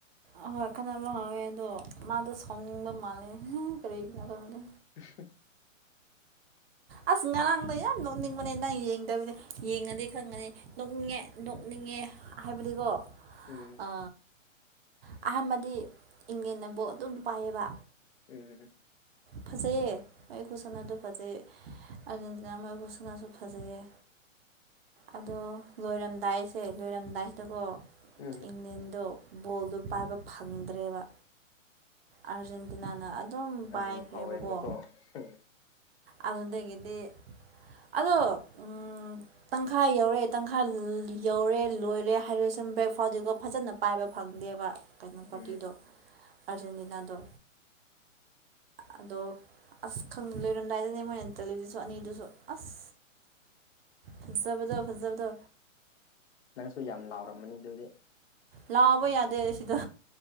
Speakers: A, on the right; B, on the left.
A: ꯑꯍꯣꯏ ꯈꯠꯅꯕ ꯍꯧꯋꯦ ꯑꯗꯣ ꯃꯥꯗꯣ ꯁꯥꯎꯅꯤꯡꯕ ꯃꯥꯜꯂꯦ ꯀꯔꯤꯒꯤꯅꯣ ꯈꯪꯗꯦ
B: <unintelligible>
A: ꯑꯁ ꯉꯔꯥꯡꯗꯣ ꯌꯥꯝ ꯅꯣꯛꯅꯤꯡꯕꯅꯦ ꯅꯪ ꯌꯦꯡꯗꯕꯅꯦ ꯌꯦꯡꯉꯗꯤ ꯈꯪꯒꯅꯤ ꯅꯣꯛꯅꯤꯡꯉꯦ ꯅꯣꯛꯅꯤꯡꯉꯦ ꯍꯥꯏꯕꯗꯤꯀꯣ
B: ꯎꯝ
A: ꯑ ꯑꯍꯥꯟꯕꯗꯤ ꯏꯪꯂꯦꯅ ꯕꯣꯜ ꯑꯗꯨꯝ ꯄꯥꯏꯌꯦꯕ
B: ꯎꯝ
A: ꯐꯖꯩꯌꯦ ꯑꯩ ꯈꯨꯁꯥꯅꯥꯗꯨ ꯐꯖꯩꯌꯦ ꯑꯔꯖꯦꯟꯇꯤꯅꯥ ꯃꯔꯐꯨ ꯈꯨꯁꯥꯅꯥꯁꯨ ꯐꯖꯩꯌꯦ ꯑꯗꯣ ꯂꯣꯏꯔꯝꯗꯥꯏꯁꯦ ꯂꯣꯏꯔꯝꯗꯥꯏꯁꯤꯗꯀꯣ
B: ꯎꯝ
A: ꯏꯪꯂꯦꯟꯗꯣ ꯕꯣꯜꯗꯣ ꯄꯥꯏꯕ ꯐꯪꯗ꯭ꯔꯦꯕ ꯑꯥꯔꯖꯦꯟꯇꯤꯅꯥꯅ ꯑꯗꯨꯝ
B: ꯑꯗꯨꯝ
A: ꯄꯥꯏꯈ꯭ꯔꯦꯕꯀꯣ
B: ꯍꯧꯋꯦꯕꯀꯣ ꯎꯝ
A: ꯑꯗꯨꯗꯒꯤꯗꯤ ꯑꯗꯣ ꯎꯝ ꯇꯪꯈꯥꯏ ꯌꯧꯔꯦ ꯇꯪꯈꯥꯏ ꯌꯧꯔꯦ ꯂꯣꯏꯔꯦ ꯍꯥꯏꯔ ꯁꯝ ꯕ꯭ꯔꯦꯛ ꯐꯥꯎꯗꯤꯀꯣ ꯐꯖꯅ ꯄꯥꯏꯕ ꯐꯪꯗꯦꯕ ꯀꯩꯅꯣ ꯄꯥꯔꯇꯤꯗꯣ
B: ꯎꯝ
A: ꯑꯥꯔꯖꯦꯟꯇꯤꯅꯥꯗꯣ ꯑꯗꯣ ꯑꯁ ꯈꯪ ꯂꯣꯏꯔꯝꯗꯥꯏꯗꯅꯦ ꯃꯣꯏꯅ ꯆꯜꯂꯤꯗꯨꯁꯨ ꯑꯅꯤꯗꯨꯁꯨ ꯑꯁ ꯐꯖꯕꯗꯣ ꯐꯖꯕꯗꯣ
B: ꯅꯪꯁꯨ ꯌꯥꯝ ꯂꯥꯎꯔꯝꯃꯅꯤ ꯗꯨꯗꯤ
A: ꯂꯥꯎꯕ ꯌꯥꯗꯦ ꯁꯤꯗ